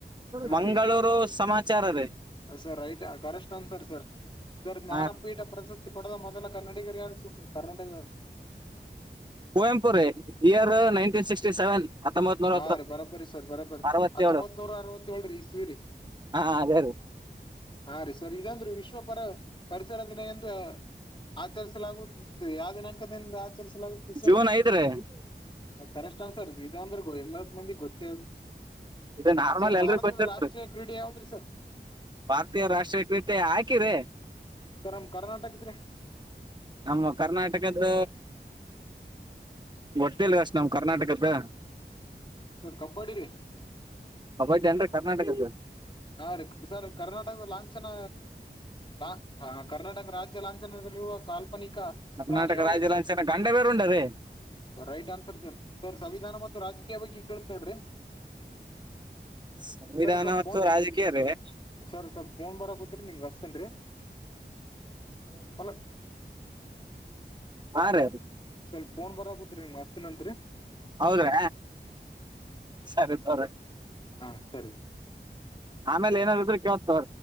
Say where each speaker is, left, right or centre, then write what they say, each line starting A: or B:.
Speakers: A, on the left (about 30°); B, on the right (about 25°).
A: ಹಾ
B: ಮಂಗಳೂರು
A: ರೀ
B: ಸಮಾಚಾರವೇ
A: ಸರ್ ಐಟ್ ಕರೆಸ್ ಅನ್ ಸರ್ ಸರ್ ಸರ್ ಜ್ಞಾನಪೀಠ
B: ಹ
A: ಪ್ರಶಸ್ತಿ ಪಡೆದ ಮೊದಲ ಕನ್ನಡಿಗರ್ ಯಾರು ಕರ್ನ್ನಡಿಗ
B: ಕುವೆಂಪರ ಇಾರ ನೈನ್ಟೀನ್ ಸಿಕ್ಸ್ಟಿ ಸೆವೆನ್ ಹತ್ತೊಂಬತ್ ನೂರ
A: ಹಾ ರೀ ಬರೋಬ್ಬರಿ ಸರ್ ಬರೋಬ್ಬರಿ
B: ಅರವತ್ತೇಳು
A: ಹತ್ತೊಂಬತ್ ನೂರ ಅರವತ್ತೇಳ್ರಿ ಇಸ್ವಿರಿ
B: ಹಾ ಅದೇ ಅದೇ
A: ಹಾ ರೀ ಸರ್ ಇದಂದ್ರೆ ವಿಶ್ವ ಪರ ಪರಿಸರ ದಿನ ಎಂದ ಆಚರಿಸಲಾಗುತ್ತ ಯಾವ ದಿನಾಂಕದಿಂದ ಆಚರಿಸಲಾಗುತ್ತೆ ಸರ್
B: ಜೂನ್ ಐದ್ರಿ
A: ಕರೆಕ್ಟ್ ಅನ್ಸರ್ ಇ ಅಂದ್ರೆ ಎಲ್ಲ ಮಂದಿ ಗೊತ್ತಿ
B: ಇದು ನಾರ್ಮಲ್
A: ಸರ್
B: ಎಲ್ರಿಗೂ
A: ಭಾರತದ
B: ಗೊತ್ತಿರ್ತ್ರಿ
A: ರಾಷ್ಟ್ರೀಯ ಕ್ರೀಡೆ ಯಾವದ್ರಿ ಸರ್
B: ಭಾರತೀಯ ರಾಷ್ಟ್ರೀಯ ಕೃತೆ ಹಾಕಿರಿ
A: ಸರ್ ನಮ ಕರ್ನಾಟಕ ಇದ್ರಿ
B: ನಮ್ಮ ಕರ್ನಾಟಕದ ಗೊತ್ತೇಲ್ಷ್ಟ ನಾವ್ ಕರ್ನಾಟಕದ
A: ಸರ್ ಕಬ್ಬಡಿ ರೀ
B: ಅವೈದ್ ಏನ್ರಿ ಕರ್ನಾಟಕದ
A: ಹಾ ರ ಸರ್ ಕರ್ನಾಟಕದ ಲಾಂಛನ ಹ ಕರ್ನಾಟಕ ರಾಜ್ಯ ಲಾಂಛನದಲ್ಲಿುವ ಕಾಲ್ ಪ ಈಕ
B: ಕರ್ನಾಟಕ
A: ಪ್ರಾಣಿ ಅವದು
B: ರಾಜ್ಯ
A: sir
B: ಲಾಂಛನ ಗಂಡ ಬೇರೆ ಉಂಡರಿ
A: right answer sir sir ಸಂವಿಧಾನ ಮತ್ತು ರಾಜಕೀಯ ಬಗ್ಗೆ ಕೇತ್ ನೋಡ್ರಿ
B: ಸಂವಿಧಾನ
A: ಸರ್ ಸ್ವಲ್ಪ
B: ಮತ್ತು
A: ಫೋನ್
B: ರಾಜಕೀಯದೇ <inaudible>
A: ಸರ್ ಸ್ವಲ್ಪ ಫೋನ್ ಬರಕೂತ್ರಿ ನಿಮ್ಗೆ ಹಸ್ತೇನ್ರಿ ಹಲೋ
B: ಹಾ ರ
A: ಸ್ವಲ್ ೋನ್ ಬರಕುದತ್ೀ ಮಸ್ತ್ಿನ ಅತ್ರಿ
B: ಹೌದ್ರಾ ಸರಿ ತ
A: ಹಾ ಸರಿ
B: ಆಮೇಲೆೈನ ರತ ಕೆವ ತ